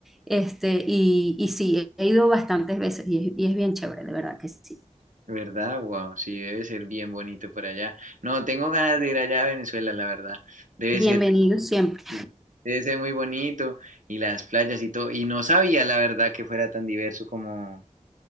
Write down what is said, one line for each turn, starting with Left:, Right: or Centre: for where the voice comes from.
Centre: Este, y, y sí, he ido bastantes veces y es, y es bien chévere, de verdad que sí.
Right: ¿Verdad? Wow, sí, debe ser bien bonito por allá. No, tengo ganas de ir allá a Venezuela, la verdad. Debe
Centre: Bienvenidos
Right: ser,
Centre: siempre.
Right: sí, debe ser muy bonito y las playas y todo. Y no sabía, la verdad, que fuera tan diverso como